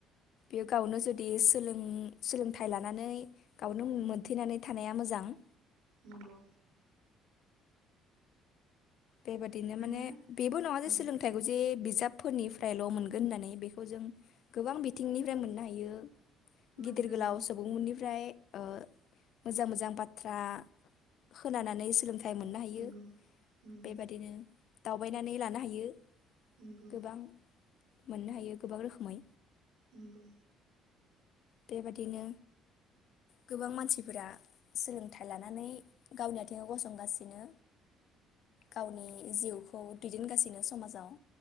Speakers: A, on the left; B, on the right.
A: बे गावनो जुदि सोलों सोलोंथाइ लानानै गावनो मोनथेनानै थानाया मोजां।
B: नंगौ
A: बेबादिनो
B: नोङो
A: माने बेबो नङा जे
B: नों
A: सोलोंथाइखौ जे। बिजाबफोरनिफ्रायल मोनगोन होननानै बेखौ जों गोबां बिथिंनिफ्राय मोननो हायो।
B: मोन
A: गिदिर
B: नंगौ
A: गोलाव सुबुंमोननिफ्राय। ओ मोजां-मोजां बाथ्रा होनानानै सोलोंथाय। मोननो हायो
B: नंगौ नंगौ
A: बेबादिनो दावबायनानै लानो हायो।
B: नंगौ
A: गोबां मोननो हायो गोबां रोखोमै।
B: नोंगौ
A: बेबादिनो गोबां मानसिफोरा सोलोंथाइ लानानै गावनि आथिङाव गसंगासिनो गावनि जिउखौ दैदेनगासिनो समाजाव